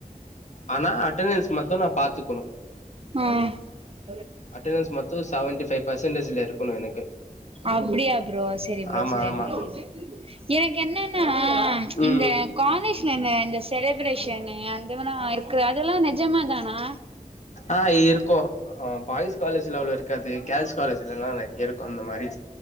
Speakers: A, on the left; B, on the right.
A: ஆனா அட்டெண்டன்ஸ் மட்டு நா பாத்துக்கணு
B: ம் ஆ
A: அட்டெண்டன்ஸ் மட்டு செவன்டி ஃவைவ் பர்சன்டேஜ்ல இருக்கணு எனக்கு
B: அப்டியா ப்ரோ செரி ப்ரோ
A: ஆமா
B: செரி
A: ஆமா
B: ப்ரோ எனக்கு என்னன்னா
A: ம்
B: இந்த காலேஜ்ல இந்த இந்ந டெலிப்ரேஷனு அதுவல்லா இருக்குற அதல்லா நெஜமா தானா
A: ஆ இருக்கோ ஆ பாய்ஸ் காலேஜ்ல அவ்ளோ இருக்காது கேள்ஸ் காலேஜ்ல்லா நெறைய இருக்கு அந்த மாரி